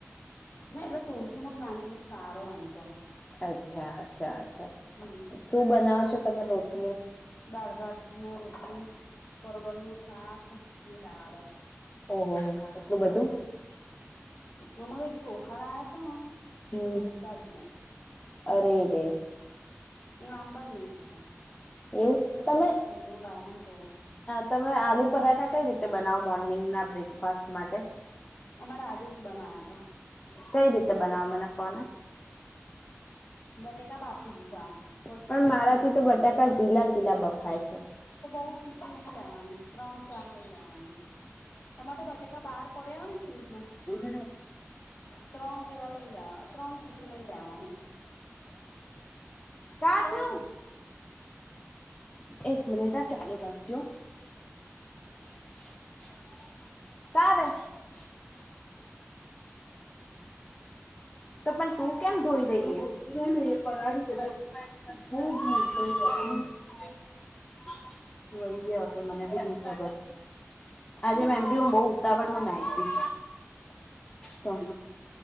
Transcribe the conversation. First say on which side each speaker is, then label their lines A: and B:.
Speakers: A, on the left (about 75°); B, on the left (about 30°).
A: ના, એટલે તુલસીનો પ્લાન્ટ બી સારો તો
B: અચ્છા, અચ્છા, અચ્છા
A: હમ
B: શું બનાવો છો તમે રોટ
A: દાળ-ભાત ને રોટલી પરવલનું શાક ને દાળ.
B: ઓહોહો
A: હા,
B: એટલું બધું
A: અમારો એક ચોખાડાયા છે, ને <inaudible>
B: હમ
A: એ પૂરતા જ નહી.
B: અરે રે.
A: <unintelligible> નહી થતા. પંચ્યાસી
B: એવું,
A: રૂપે કિલો લાયા ને તો
B: તમે આલુ પરાઠા કઈ રીતે બનાવો, મોર્નિંગના બ્રેકફાસ્ટ માટે?
A: અમારે આજે જ બનાયા તા
B: કઈ રીતે બનાવો, મને કહો ને?
A: બટાકા બાફી દીધા પછી
B: પણ,
A: મીઠું
B: મારાથી
A: નાખીને
B: તો બટાકા ગીલા-ગીલા બફાય છે.
A: તો, બો સીટી નહીં લેવાની, ત્રણ-ચાર લઈ લેવાની. તમારે તો, બટાકા બહાર પડ્યા હોય ને? ફ્રીજમાં.
B: હમ
A: ત્રણ, જેવા લઈ લેવા, ત્રણ સિટી લઈ લેવાની.
B: કાજું
A: કઉ છું
B: એક મિનિટ હા ચાલુ રાખજો. <inaudible> <inaudible> તો પણ તું કેમ ધોઈ રહી છે. <unintelligible> <unintelligible> મને ભી ની ખબર. આજે
A: શું
B: મે
A: છે
B: ભી બો ઉતાવળમાં નહાઈ હતી.
A: <inaudible>
B: તો